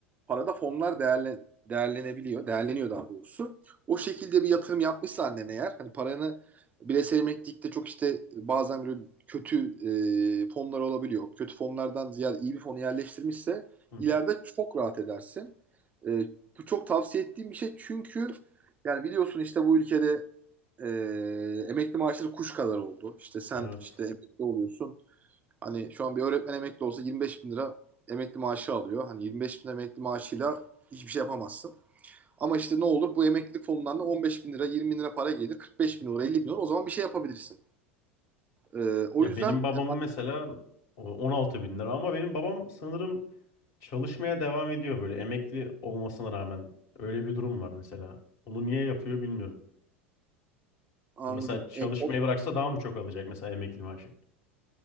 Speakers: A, on the right (about 25°); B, on the left (about 45°).
A: Parada fonlar değerlen değerlenebiliyor. Değerleniyor daha doğrusu. O şekilde bir yatırım yapmışsa annen eğer hani paranı bireysel emeklilikte çok işte bazen böyle kötü e, fonlar olabiliyor. Kötü fonlardan ziyade iyi bir fonu yerleştirmişse
B: hı hı.
A: ileride çok rahat edersin. E, bu çok tavsiye ettiğim bir şey çünkü yani biliyorsun işte bu ülkede e, emekli maaşları kuş kadar oldu. İşte sen
B: Evet.
A: işte emekli oluyorsun. Hani şu an bir öğretmen emekli olsa 25 bin lira emekli maaşı alıyor. Hani 25 bin emekli maaşıyla hiçbir şey yapamazsın. Ama işte ne olur bu emeklilik fonundan da 15 bin lira 20 bin lira para gelir. 45 bin olur 50 bin olur o zaman bir şey yapabilirsin. Ee, o
B: Ya
A: yüzden
B: benim babamın
A: e,
B: mesela o 16 bin lira ama benim babam sanırım çalışmaya devam ediyor böyle emekli olmasına rağmen. Öyle bir durum var mesela. Onu niye yapıyor bilmiyorum.
A: anladım.
B: Bu mesela çalışmayı
A: E, o-
B: bıraksa daha mı çok alacak mesela emekli maaşı?